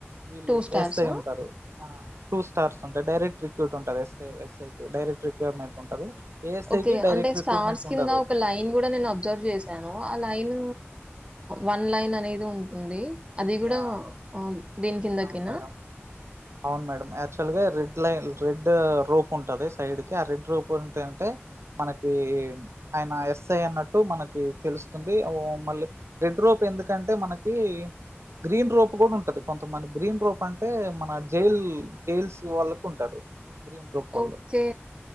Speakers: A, on the right; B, on the right.
A: వీళ్ళు
B: స్టార్సా?
A: ఎస్ఐ ఉంటారు ఆ టూ స్టార్స్ ఉంటాయి డైరెక్ట్ రిక్రూట్ ఉంటది ఎస్ ఎస్ఐకి డైరెక్ట్ రిక్వైర్మెంట్స్ ఉంటది ఏఎస్ఐకి
B: ఓకే
A: డైరెక్ట్
B: అంటే స్టార్స్
A: రిక్రూట్మెంట్
B: కింద
A: ఉండదు
B: ఒక లైన్ లైన్ కూడా నేను అబ్జర్వ్ చేశాను ఆ లైన్ వన్ లైన్ అనేది ఉంటుంది అది గూడా
A: యా
B: ఆహ్, దీని కిందకేనా?
A: అవును మేడం అవును మేడం యాక్చువల్గా రెడ్ లైన్ రెడ్ రోప్ ఉంటది సైడ్కి ఆ రెడ్ రోప్ ఉంటంటే మనకి ఆయన ఎస్ఐ అన్నట్టు మనకి తెలుస్తుంది మళ్ళీ రెడ్ రోప్ ఎందుకంటే మనకి గ్రీన్ రోప్ కూడా ఉంటది కొంతమంది గ్రీన్ రోప్ అంటే మన జైల్ జైల్స్ వాళ్ళకు ఉంటారు గ్రీన్ రోప్ వాళ్ళు
B: ఓకే